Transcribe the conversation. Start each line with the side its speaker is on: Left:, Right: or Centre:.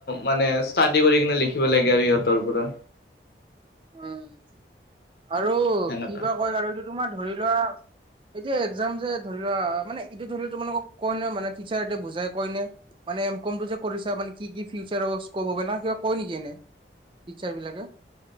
Left: মানে ষ্টাডি কৰি কিনে, লিখিব লাগে আৰু সিহঁতৰ ওপৰত।
Right: উম আৰু
Left: সেনেকা
Right: কি বা কয়? আৰু এইটো তোমাৰ ধৰি লোৱা এতিয়া এক্জাম যে ধৰি লোৱা, মানে এইটো ধৰি লোৱা তোমোলোক কয় ন', মানে টিচাৰে এয়া বুজাই কয় নে! মানে এম কম টো যে কৰিছাঁ, মানে কি কি ফিউচাৰ স্কপ হ'ব, না কিবা কয় নেকি এনে? টিচাৰ বিলাকে।